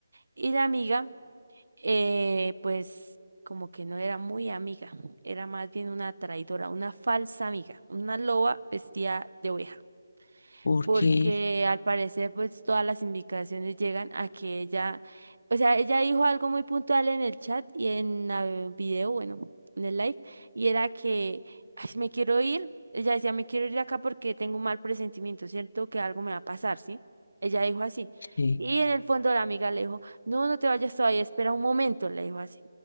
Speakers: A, on the right; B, on the left.
A: y la amiga, eh, pues como que no era muy amiga, era más bien una traidora, una falsa amiga, una loba vestida de oveja
B: ¿Por
A: porque
B: qué?
A: al parecer pues todas las indicaciones llegan a que ella, o sea, ella dijo algo muy puntual en el chat y en el video, bueno, en el live, y era que, ay, me quiero ir, ella decía, me quiero ir de acá porque tengo un mal presentimiento, ¿cierto? Que algo me va a pasar, ¿sí? Ella dijo así.
B: Sí.
A: Y en el fondo la amiga le dijo, no, no te vayas todavía, espera un momento, le dijo así.